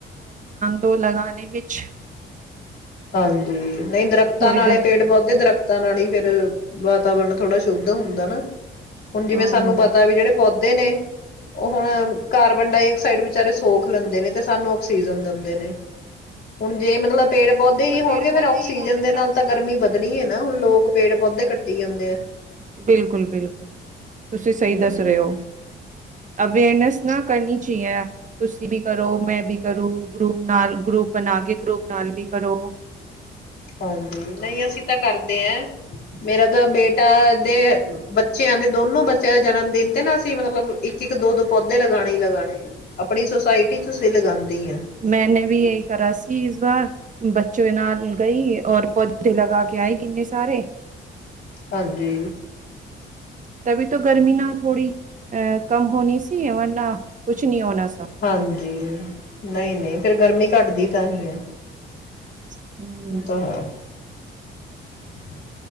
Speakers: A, on the right; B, on the left.
A: ਤੋਂ ਲਗਾਣੇ ਵਿੱਚ
B: ਹਾਂਜੀ ਨਹੀਂ ਦਰਖਤਾਂ
A: ਥੋੜੀ
B: ਨਾਲੇ
A: ਗ
B: ਪੇੜ ਪੌਦੇ ਦਰਖਤਾਂ ਨਾਲ ਹੀ ਫੇਰ ਵਾਤਾਵਰਨ ਥੋੜ੍ਹਾ ਸ਼ੁੱਧ ਹੁੰਦਾ ਨਾ ਹੁਣ ਜਿਵੇਂ
A: ਹਮ
B: ਸਾਨੂੰ ਪਤਾ ਵੀ ਜਿਹੜੇ ਪੌਦੇ ਨੇ ਉਹ ਹੁਣ ਕਾਰਬਨ ਡਾਇਆਕਸਾਈਡ ਵਿਚਾਰੇ ਸੋਖ ਲੈਂਦੇ ਨੇ ਤੇ ਸਾਨੂੰ ਆਕਸੀਜਨ ਦਿੰਦੇ ਨੇ। ਹੁਣ ਜੇ ਮਤਲਬ ਪੇੜ ਪੌਦੇ ਹੀ ਹੋਣਗੇ
A: ਆਕਸੀਜਨ
B: ਫਿਰ ਦੇ ਨਾਲ ਤਾਂ ਗਰਮੀ ਵਧਣੀ ਹੈ ਨਾ ਹੁਣ ਲੋਕ ਪੇੜ ਪੌਦੇ ਕੱਟੀ ਜਾਂਦੇ ਆ
A: ਬਿਲਕੁਲ ਬਿਲਕੁਲ ਤੁਸੀਂ ਸਹੀ
B: ਹਮ
A: ਦੱਸ ਰਹੇ ਹੋ। ਅਵੇਅਰਨੈਸ ਨਾ ਕਰਨੀ ਚਾਹੀਏ ਤੁਸੀਂ ਵੀ ਕਰੋ ਮੈਂ ਵੀ ਕਰੂੰ ਗਰੁੱਪ ਨਾਲ ਗਰੁੱਪ ਬਣਾ ਕੇ ਗਰੁੱਪ ਨਾਲ ਵੀ ਕਰੋ।
B: ਹਾਂਜੀ ਨਹੀਂ ਅਸੀਂ ਤਾਂ ਕਰਦੇ ਹੈ ਮੇਰਾ ਤਾਂ ਬੇਟਾ ਦੇ ਬੱਚਿਆਂ ਦੇ ਦੋਨੋ ਬੱਚਿਆਂ ਦੇ ਜਨਮ ਦਿਨ ਤੇ ਨਾ ਅਸੀਂ ਮਤਲਬ ਇੱਕ ਇੱਕ ਦੋ ਦੋ ਪੌਦੇ ਲਗਾਣੇ ਲਗਾਣੇ ਆਪਣੀ ਸੁਸਾਇਟੀ ਚ ਅਸੀਂ ਲਗਾਉਂਦੀ ਹਾ।
A: ਹੋ ਮੈਨੇ ਵੀ ਇਹੀ ਕਰਾ ਸੀ ਇਸ ਬਾਰ ਬੱਚੇ ਨਾਲ ਗਈ ਔਰ ਪੌਦੇੇ ਲਗਾ ਕੇ ਗਿਆਏ ਕਿੰਨੇ ਸਾਰੇ
B: ਹਾਂਜੀ
A: ਤਭੀ ਤੋਂ ਗਰਮੀ ਨਾ ਥੋੜੀ ਅ ਕਮ ਹੋਣੀ ਸੀ ਰ ਨਾ ਕੁਛ ਨਹੀਂ ਹੋਣਾ। ਸ
B: ਹਾਂਜੀ ਨਹੀਂ ਨਹੀਂ ਫੇਰ ਗਰਮੀ ਘੱਟਦੀ ਤਾਂ ਹੀ ਹੈ
A: ਹਮ
B: ਤਾਂ ਹਾਂ <unintelligible>